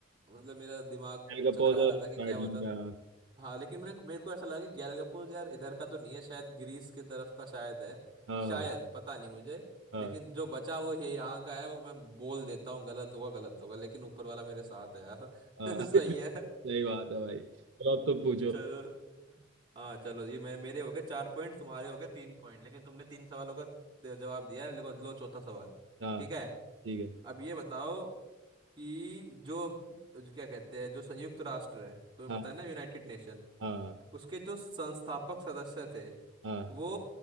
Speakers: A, on the right; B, on the right.
A: मतलब मेरा दिमाग
B: गालगपोस
A: चकरा रहा
B: और
A: था
B: स्प्राटली
A: कि क्या बता
B: का
A: हाँ लेकिन मेरे मेरे को ऐसा लगा कि गैलगपोस यार इधर का तो नहीं है शायद ग्रीस की तरफ का शायद है
B: हाँ
A: शायद पता नहीं मुझे
B: हाँ
A: लेकिन जो बचा वो ये यहाँ का है वो मैं बोल देता हूँ गलत होगा गलत होगा लेकिन ऊपर वाला मेरे साथ है यार
B: हाँ
A: <laughs> सही
B: <laughs> सही
A: है
B: बात है भाई चलो अब तुम पूछो
A: चलो हाँ चलो ये मेरे मेरे हो गए चार पॉइंट तुम्हारे हो गए तीन पॉइंट लेकिन तुमने तीन सवालों का द- जवाब दिया है लो लो चौथा सवाल
B: हाँ
A: ठीक है
B: ठीक है
A: अब ये बताओ कि जो जो क्या कहते हैं जो संयुक्त राष्ट्र है तुम्हें
B: हाँ
A: पता है ना यूनाइटेड नेशन
B: हाँ
A: उसके जो संस्थापक सदस्य थे
B: हाँ
A: वो